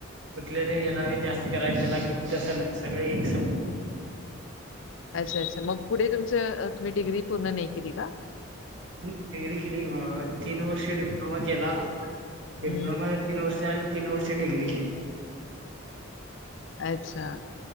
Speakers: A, on the right (about 60°); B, on the left (about 65°).
A: कुठलेले याला जास्त कराय त्याला कमी तसं नाही सगळे एक समज
B: अच्छा अच्छा मग पुढे तुमच तुम्ही डिग्री पूर्ण नाही केली का?
A: डिग्री केली तीन वर्ष डिप्लोमा केला डिप्लोमाच्या
B: हम्म
A: तीन वर्ष तीन वर्ष डिग्री गेली,
B: अच्छा